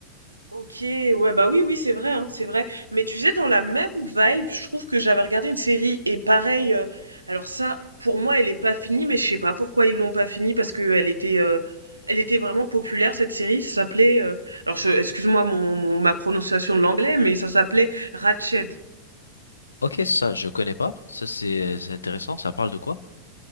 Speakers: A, on the right; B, on the left.
A: Ok, ouais, bah oui, oui, c'est vrai, hein, c'est vrai. Mais tu sais, dans la même vibe, je trouve que j'avais regardé une série, et pareil, euh, alors ça, pour moi, elle est pas finie, mais je sais pas pourquoi ils l'ont pas finie, parce que elle était, euh, elle était vraiment populaire, cette série, ça s'appelait, euh, alors je- excuse-moi mon, mon- ma prononciation de l'anglais, mais ça s'appelait Ratched.
B: Ok, ça, je connais pas. Ça, c'est c'est intéressant. Ça parle de quoi?